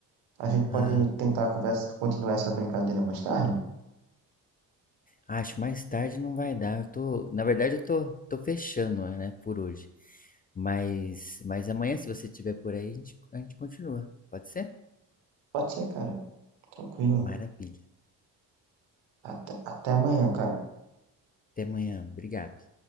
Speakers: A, on the right; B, on the left.
A: A gente pode
B: Ah,
A: tentar conversa, continuar essa brincadeira mais tarde?
B: Acho mais tarde não vai dar. Eu tô, na verdade, eu tô, tô fechando, né, por hoje. Mas, mas amanhã, se você estiver por aí, a gente, a gente continua. Pode ser?
A: Pode ser, cara. Tranquilo.
B: Maravilha.
A: Até, até amanhã, cara.
B: Até amanhã. Obrigado.